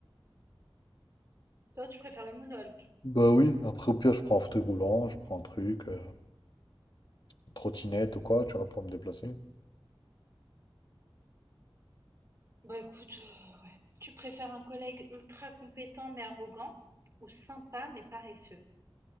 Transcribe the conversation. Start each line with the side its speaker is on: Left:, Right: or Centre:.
Right: Toi, tu préfères le moonwalk.
Left: Bah oui, après au pire, je prends un fauteuil roulant, je prends un truc, euh, une trottinette ou quoi, tu vois, pour me déplacer.
Right: Bah écoute, euh, ouais. Tu préfères un collègue ultra compétent mais arrogant ou sympa mais paresseux,